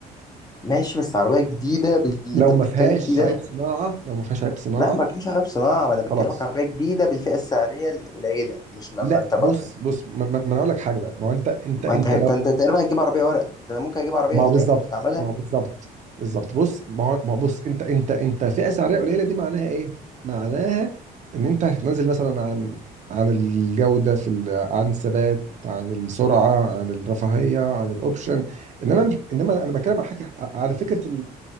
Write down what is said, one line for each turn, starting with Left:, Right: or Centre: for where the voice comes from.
Left: ماشي بس عربيه جديده باللي
Right: لو
Left: انت
Right: ما
Left: بتتكلم
Right: فيهاش
Left: فيه ده
Right: عيب صناعه لو ما فيهاش عيب صناعه
Left: لا ما كانش عربيه صناعه ما انا بكلمك
Right: خلاص
Left: عربيه جديده بالفئه السعريه القليله مش ما
Right: لا
Left: ما انت بقى
Right: بص بص ما ما- ما انا اقول لك حاجه بقى ما هو انت انت انت
Left: ما انت ده
Right: لو
Left: انت تقريبا هتجيب عربيه ورق ده انا ممكن اجيب عربيه
Right: ما هو
Left: الماني
Right: بالظبط
Left: مستعمله
Right: ما هو بالظبط بالظبط بص ما هو ما هو بص انت انت انت فئه سعريه قليله دي معناها ايه؟ معناها ان انت هتنزل مثلا عن عن الجوده في ال... عن الثبات عن السرعه عن الرفاهيه عن الاوبشن انما انما انا بتكلم على حاجه على فكره ال...